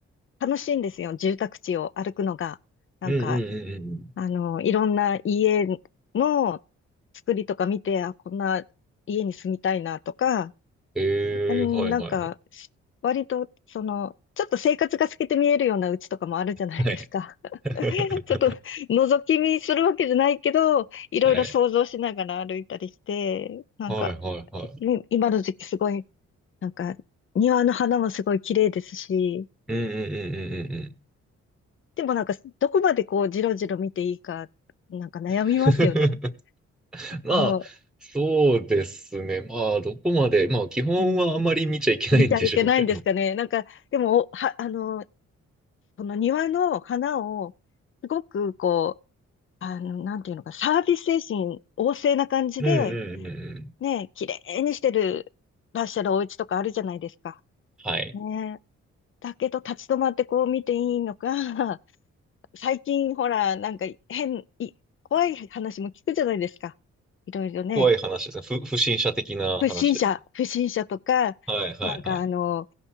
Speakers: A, on the left (about 45°); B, in the centre.
A: 楽しいんですよ、住宅地を歩くのが。なんか、
B: うんうんうんうんうん。
A: あの、いろんな家の作りとか見て、あ、こんな家に住みたいなとか、
B: ええはいはいはい。
A: うん、なんか、し割と、その、ちょっと生活が透けて見えるような家とかもあるじゃないですか。
B: はい。
A: <laughs>
B: <laughs>
A: ちょっと覗き見するわけじゃないけど、いろいろ想像しながら歩いたりして、
B: はい。
A: なんか、
B: はいはいはい。
A: い今の時期すごい、なんか、庭の花もすごい綺麗ですし、
B: うんうんうんうんうん
A: でもなんか、どこまでこう、じろじろ見ていいか、なんか悩みますよね。
B: うん。<laughs> まあ、
A: この、
B: そうですね。まあ、どこまで、まあ、基本はあまり見ちゃいけないんでしょうけど。
A: うん、見ちゃいけないんですかね。なんか、でも、おは、あの、この庭の花を、すごくこう、あの、なんていうのか、サービス精神旺盛な感じで、
B: うんうんうんうん。
A: ね、綺麗にしてる、らっしゃるお家とかあるじゃないですか。
B: はい。
A: ねえ。だけど、立ち止まってこう見ていいのか、<laughs> 最近ほら、なんか変、い、怖い話も聞くじゃないですか。いろいろね。
B: 怖い話ですね。不、不審者的な話です。
A: 不審者、不審者とか、
B: はいはいはい。
A: なんかあの、